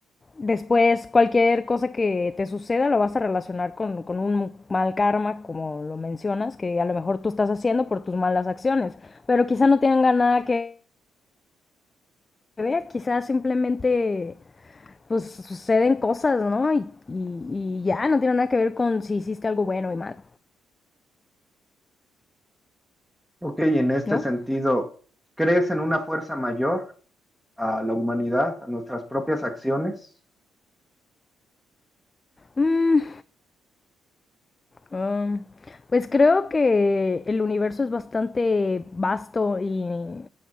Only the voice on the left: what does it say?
Después, cualquier cosa que te suceda lo vas a relacionar con, con un mal karma, como lo mencionas, que a lo mejor tú estás haciendo por tus malas acciones, pero quizá no tengan nada que ver, quizá simplemente pues suceden cosas, ¿no? Y, y- y ya, no tiene nada que ver con si hiciste algo bueno y malo,
¿no?
Mm, Ah, pues creo que el universo es bastante vasto y